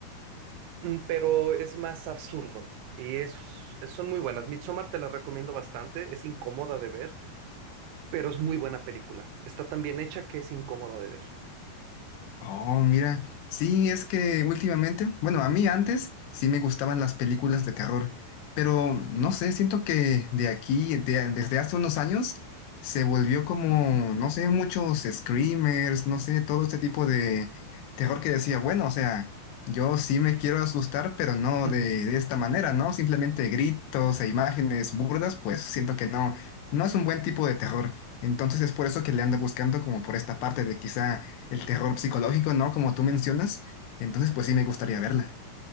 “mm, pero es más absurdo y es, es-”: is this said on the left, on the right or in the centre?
Right